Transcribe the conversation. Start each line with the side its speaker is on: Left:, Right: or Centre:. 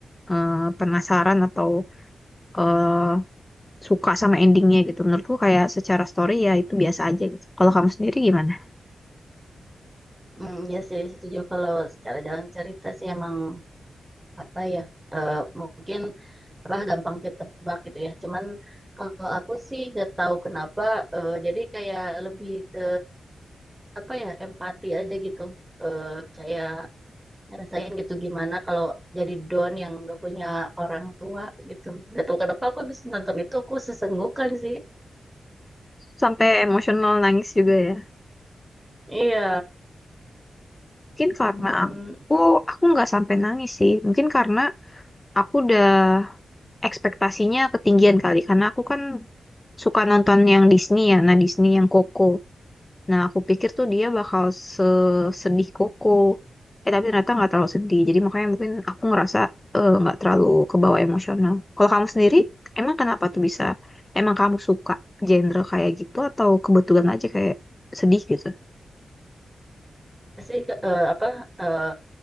Left: eh, penasaran atau eh, suka sama endingnya gitu. Menurutku kayak secara story ya itu biasa aja gitu. Kalau kamu sendiri gimana?
Right: Hmm, ya sih, setuju kalau secara jalan cerita sih emang apa ya, eh, mungkin apa gampang ditebak gitu ya. Cuman kalau aku sih gak tahu kenapa, eh, jadi kayak lebih ke apa ya empati aja gitu. Eh, kayak ngerasain gitu gimana kalau jadi Don yang nggak punya orang tua gitu. Gak tahu kenapa aku habis nonton itu aku sesenggukan sih.
Left: Sampai emosional nangis juga ya?
Right: Iya,
Left: Mungkin
Right: hmm,
Left: karena aku aku nggak sampai nangis sih. Mungkin karena aku udah ekspektasinya ketinggian kali. Karena aku kan suka nonton yang Disney ya. Nah Disney yang Coco. Nah, aku pikir tuh dia bakal sedih Koko. Eh, tapi ternyata nggak terlalu sedih. Jadi makanya mungkin aku ngerasa eh, nggak terlalu kebawa emosional. Kalau kamu sendiri, emang kenapa tuh bisa? Emang kamu suka genre kayak gitu atau kebetulan aja kayak sedih gitu?
Right: sih ke- eh, apa eh,